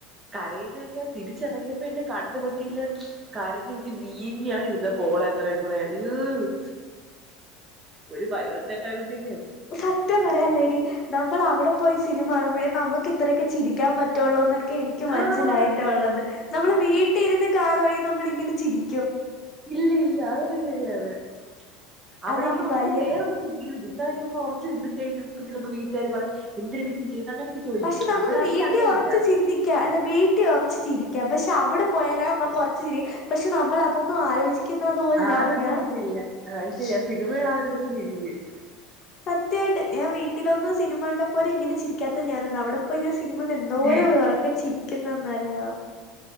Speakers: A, on the right; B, on the left.
A: കരയുന്നോയിച്ചാല് തിരിച്ചറങ്ങിയപ്പന്റെ കണ്ണ് പൊ ക്കില്ലാ കരഞ്ഞുത്തി വീങ്ങിയാണ് ഇരുന്നെ പോളത്രയും കൂടെ ഈഹ് ഒരു പരവത്തിലൊക്കായപ്പത്തേക്ക്
B: സത്യം പറയാല്ലെടി നമ്മള അ വ്ടെ പോയി സിനിമാണുമ്പഴേ നമ്മക്ക് ഇത്രയൊക്കെ ചിരിക്കാൻ പറ്റോളുന്നക്ക് ക്കെ എനിക്ക് മന്സ്സിലായിട്ടൊള്ളത്
A: ആഹ്
B: നമ്മള് വീട്ടിര്ന്ന് കാണുവാണേയി നമ്മളിങ്ങനെ ചിരി
A: ഇല്ലില്ല <unintelligible> അവിടാമ്പൊ
B: അതെനിക്ക്
A: നമ്മള്
B: വല്യ
A: വേറൊന്നും ചിന്തിക്കുന്നില്ലല്ലോ <unintelligible> നമ്മൾ ഒറച്ചു ചിന്തിച്ചു കഴിഞ്ഞാൽ അപ്പൊ ചിലപ്പോ വീട്ടുകാര് പറയും എന്തിനെടി നീ ചെയ്തേ അങ്ങനെയൊക്കെ ചോദിക്കും.
B: പക്ഷെ നമുക്ക്
A: അവിടാണെങ്കി
B: വീട്ടി
A: അങ്ങനെയില്ല.
B: ഒറച്ച് ചിന്തിക്കാം അല്ല വീട്ടി ഒറച്ച് ചിരിക്കാം പക്ഷെ അവിടെ പോയാലാവുമ്പൊ കുറച്ച് പക്ഷെ നമ്മൾ അതൊന്നും ആലോചിക്കുന്നുന്നത് പോലും
A: ആലോചിക്കത്തില്ല. ആഹ് അത്
B: <unintelligible>
A: ശരിയാ <unintelligible>
B: സത്യമായിട്ട് ഞാൻ വീട്ടിലൊന്നും സിനിമ കണ്ടപോലും ഇങ്ങനെ ചിരിക്കാത്ത ഞാനാണ് അവിടെ പോയി സിനിമ
A: <inaudible>
B: കണ്ട് എന്തോരം ഉറക്കെ ചിരിക്കുന്നെന്നറിയാവോ